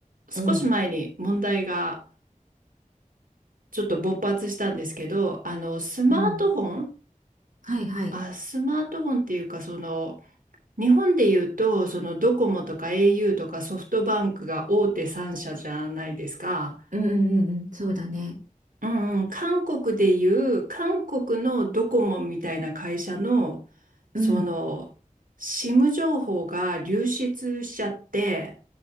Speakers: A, on the right; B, on the right.
A: 少し前に問題が
B: うん、
A: ちょっと勃発したんですけど、あのスマートフォン、
B: うん、はいはい、
A: あ、スマートフォンっていうかその日本でいうとそのドコモとか au とかソフトバンクが大手3社じゃないですか。
B: うんうんうんうん、そうだね、
A: うんうん、韓国でいう韓国のドコモみたいな会社のその
B: うん、
A: SIM 情報が流出しちゃって